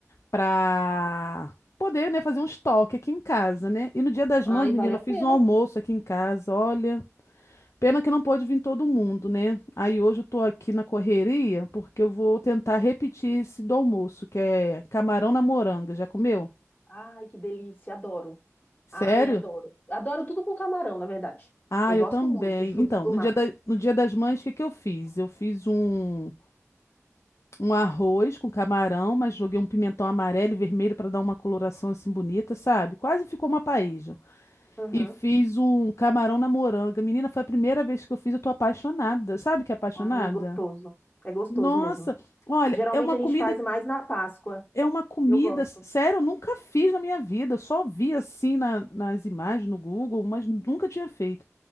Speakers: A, on the left (about 60°); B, on the left (about 35°).
A: Pra poder, né, fazer um estoque aqui em casa, né? E no Dia das
B: ai,
A: Mães, menina,
B: vale a
A: eu fiz
B: pena.
A: um almoço aqui em casa, olha... Pena que não pôde vir todo mundo, né? Aí hoje eu tô aqui na correria porque eu vou tentar repetir esse do almoço, que é camarão na moranga. Já comeu?
B: Ai, que delícia, adoro.
A: Sério?
B: Ai, adoro. Adoro tudo com camarão, na verdade.
A: Ah,
B: Eu gosto
A: eu também.
B: muito de frutos
A: Então,
B: do
A: no
B: mar.
A: dia da- no dia das mães, o que que eu fiz? Eu fiz um, um arroz com camarão, mas joguei um pimentão amarelo e vermelho para dar uma coloração assim bonita, sabe? Quase ficou uma paella.
B: Uhum.
A: E fiz um camarão na moranga. Menina, foi a primeira vez que eu fiz, eu tô apaixonada. Sabe que é apaixonada?
B: Ai, é gostoso. É gostoso
A: Nossa,
B: mesmo.
A: olha,
B: Geralmente
A: é uma
B: a
A: comida
B: gente faz mais na Páscoa.
A: É uma comida,
B: Eu gosto.
A: s- sério, eu nunca fiz na minha vida. Eu só vi assim na- nas imagens no Google, mas nunca tinha feito.